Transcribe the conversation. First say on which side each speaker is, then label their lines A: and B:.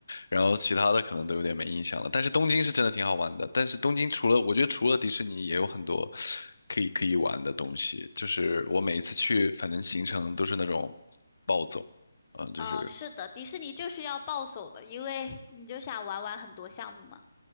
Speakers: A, on the left; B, on the left.
A: 然后其他的可能都有点没印象了。但是东京是真的挺好玩的，但是东京除了我觉得除了迪士尼，也有很多可以可以玩的东西。就是我每一次去，反正行程都是那种暴走，嗯，
B: 嗯、
A: 就是
B: 是的，迪士尼就是要暴走的，因为你就想玩玩很多项目嘛。